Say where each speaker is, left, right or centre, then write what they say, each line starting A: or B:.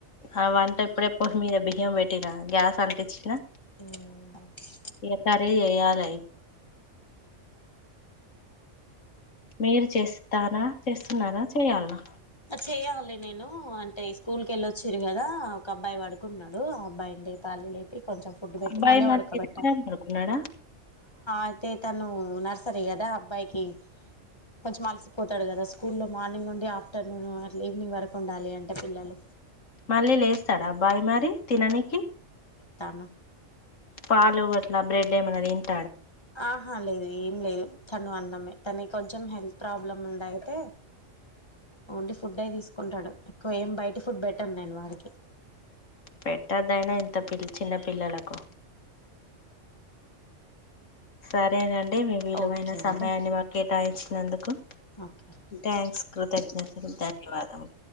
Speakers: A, on the left (about 75°); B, on the left (about 20°).
A: ఆ వంట ఇప్పుడే పొయి మీద బియ్యం పెట్టినా గ్యాస్ అంటిచ్చినా
B: హ్మ్
A: ఏసారే ఎయ్యాలి మీరు చేస్తారా చేస్తున్నార చేయాలనా
B: చేయ్యాలి. నేను అంటే స్కూల్కి వెళ్ళొచ్చిరు. కదా ఒక అబ్బాయి పడుకుంటున్నాడు ఆ అబ్బాయిడి లేపాలి లే లేపి కొంచెం ఫుడ్ పెట్టి
A: అబ్బాయి
B: మళ్ళీ
A: మరి
B: పడుకో
A: తినలే
B: బెట్టాలి.
A: పడుకున్నాడా
B: అయితే తను నర్సరీ కదా అబ్బాయికి కొంచెం అలసిపోతాడు కదా స్కూల్లో మార్నింగ్ నుండి ఆఫ్టర్నూన్ ఈవినింగ్ వరకు ఉండాలి అంటే పిల్లలు
A: మళ్ళీ లేస్తాడా అబ్బాయి మరి తిననికి
B: తను
A: పాలు అట్లా బ్రెడ్ ఏమనాది తింట
B: ఆహా లేేదు ఏం ఏం లేదు తను అన్నమే తన కొంచెం హెల్త్ ప్రాబ్లమ్ ఉండ అయితే ఓన్లీ ఫుడ్ అయి తీసుకుంటాడు ఎక్కువ ఏం బయట ఫుడ్ పెట్టను నేను వాడికి
A: పెట్టదయినా ఇంత పిల్ చిన్న పిల్లలకు సరేనండి అంటే మీ విలువైన
B: ఓకే అండి
A: సమయాన్ని మాకు కేటాయించి నందుకు
B: ఓకే
A: థ్యాంక్స్ కృతజ్ఞతలు ధన్యవాదము